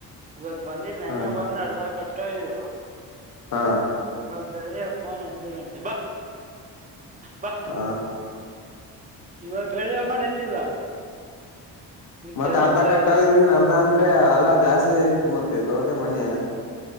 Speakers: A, on the right; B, on the left.
A: ಇವತ್ ಬಂದಿಲ್ಲ ನೆನ್ನೆ
B: ಹಾ
A: ಬಂದ ಅರ್ದ ಕಟ್ಟ ಇರು.
B: ಹಾ
A: ಗ ಪೋನ್ ಎಲಿ ಬ ಬ.
B: ಹ
A: ಇವಾಗ ಬೆಳಿ ಹಕೊಂಡ ಎತ್ತಿಲ್ಲ. ನೀ
B: ಮತ್ತತ್
A: ಕೆಲಸ
B: ಅರ್ಧ
A: ನಿಂತೋಗೈತದ
B: ಕಟ್ಟೋ ಇದ್ರಿ ಅರ್ಧ ಅಂದ್ರೆ ಅಲ್ಲಾ ಜಾಸ್ತಿ ಐತ್ ಮತ್ತೆ ಇದು. ಅದ ಮನೆ.